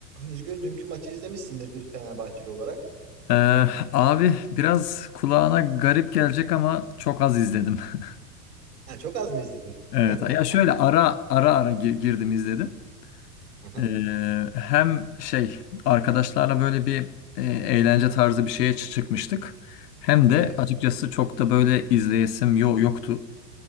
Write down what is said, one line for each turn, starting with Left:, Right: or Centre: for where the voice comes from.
Right: Özgür dünkü maçı izlemişsindir bir Fenerbahçeli olarak.
Left: Ee, abi biraz kulağına garip gelecek ama çok az izledim. <laughs>
Right: Ha, çok az mı izledin?
Left: Evet.
Right: <laughs>
Left: Ya şöyle ara ara ara gi- girdim izledim.
Right: Aha,
Left: Ee, hem şey arkadaşlarla böyle bir e, eğlence tarzı bir şeye çı- çıkmıştık. Hem de
Right: Evet,
Left: açıkçası çok da böyle izleyesim yo yoktu.